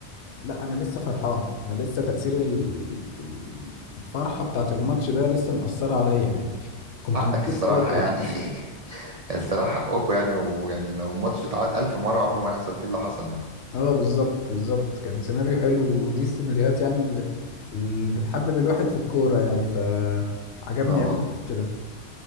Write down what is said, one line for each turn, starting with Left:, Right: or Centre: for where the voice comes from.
Left: لا انا لسه فرحان انا لسه تاثير ال- ال- الفرحه بتاعت الماتش ده لسه مأثره عليا يعني فكنت
Right: حقك
Left: مبسوط
Right: الصراحه
Left: قوي قوي
Right: يعني <laughs> يعني الصراحه حقكوا يعني ويعني لو الماتش اتعاد ألف مره عمره ما يحصل فيه اللي حصل ده
Left: اه بالظبط بالظبط كان سيناريو حلو ودي السيناريوهات يعني اللي اللي بتحبب الواحد في الكوره يعني فعجبني
Right: اه
Left: قوي
Right: والله
Left: الماتش ده